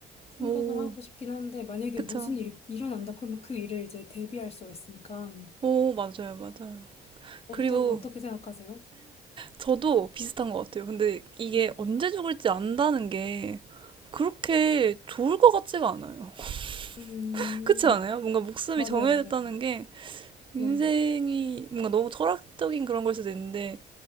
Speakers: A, on the left; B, on the right.
A: 생각을
B: 오,
A: 하고 싶긴 한데 만약에
B: 그쵸.
A: 무슨 일이 일어난다 그러면 그 일을 이제 대비할 수가 있으니까
B: 오, 맞아요, 맞아요.
A: 어떠,
B: 그리고
A: 어떻게 생각하세요?
B: 저도 비슷한 것 같아요. 근데 이게
A: 음,
B: 언제 죽을지 안다는 게 그렇게 좋을 것 같지가 않아요.
A: 음,
B: <laughs> 그렇지 않아요? 뭔가 목숨이
A: 맞아요,
B: 정해졌다는
A: 맞아요.
B: 게 인생이
A: 네,
B: 뭔가 너무 철학적인 그런 걸 수도 있는데